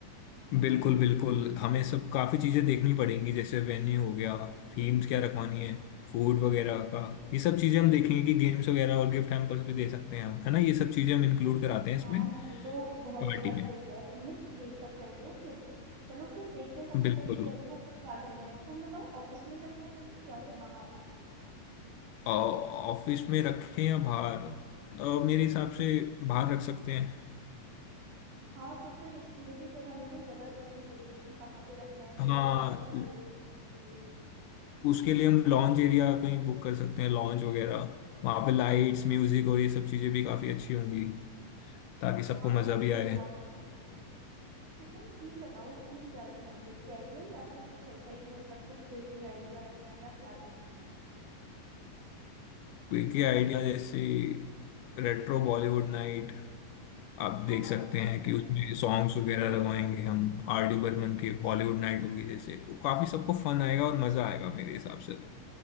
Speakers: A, on the left (about 75°); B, on the right (about 60°).
A: बिल्कुल बिल्कुल हमें सब काफी चीजें देखनी पड़ेंगी जैसे वेन्यू हो गया थीम्स क्या रखवानी है फूड वगैरह का ये सब चीजें हम देखेंगे कि गेम्स वगैरह और गिफ्ट हैम्पर्स भी दे सकते हैं हम है ना ये सब चीजें हम इंक्लूड कराते हैं इसमें
B: हाँ ये तो बहुत
A: पार्टी
B: अच्छा आइडिया
A: में
B: दिया है तुमने यही सब करते हैं फिर चलो फिर देखते हैं सबसे
A: बिल्कुल
B: पहले वेन्यू का क्या करना है तुम बताओ ऑफिस में ही रखना है वेन्यू या फिर बाहर
A: अ, ऑफिस में रखें या बाहर अ, मेरे हिसाब से बाहर रख सकते हैं
B: हाँ तो फिर उसके लिए भी फिर हमें कोई जगह सोचनी पड़ेगी कि कहाँ पे रखना है
A: हाँ
B: थोड़ा इतना ज्यादा दूर भी नहीं होना चाहिए
A: उसके लिए हम लॉन्च एरिया कहीं बुक कर सकते हैं लॉन्च वगैरह वहाँ पे लाइट्स म्यूजिक और ये सब चीजें भी काफी अच्छी होंगी ताकि सबको
B: हाँ
A: मजा
B: ये तो
A: भी
B: बहुत
A: आए
B: अच्छा है फिर तुम थीम बताओ थीम क्या रखना है फिर कैजुअल या फिर कुछ ऐसा ही मतलब कुछ क्विकी आइडिया रखना है या क्या करना है
A: वीके आइडिया जैसे रेट्रो बॉलीवुड नाइट आप देख
B: हाँ हाँ
A: सकते
B: इसी
A: हैं
B: टाइप
A: कि उसमें
B: का कुछ।
A: सॉन्ग्स वगैरह लगवाएंगे हम आर डी बर्मन के बॉलीवुड नाइट होगी जैसे तो काफी सबको फन आएगा और मजा आएगा मेरे हिसाब से तो